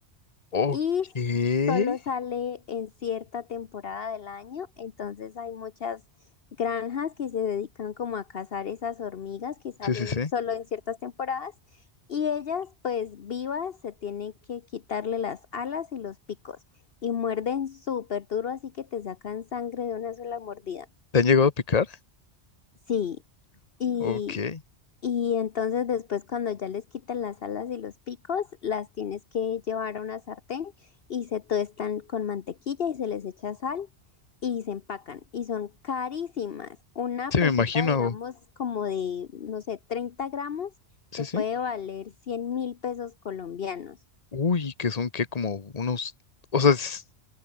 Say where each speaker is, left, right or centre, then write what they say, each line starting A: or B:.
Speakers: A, on the left; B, on the left.
A: Ok,
B: y
A: sí,
B: solo sale en cierta temporada del año, entonces hay muchas granjas que se dedican como a cazar esas hormigas que salen
A: sí, sí,
B: solo en ciertas temporadas y ellas pues vivas se tienen que quitarle las alas y los picos y muerden súper duro así que te sacan sangre de una sola mordida.
A: ¿te han llegado a picar?
B: Sí, y,
A: Ok, sí,
B: y entonces después cuando ya les quitan las alas y los picos, las tienes que llevar a una sartén y se tuestan con mantequilla y se les echa sal y se empacan y son carísimas. Una
A: me
B: pesita,
A: imagino,
B: digamos, como de, no sé, 30 gramos,
A: sí,
B: te puede
A: sí.
B: valer cien mil pesos colombianos.
A: Uy, que son que como unos, o sea, es-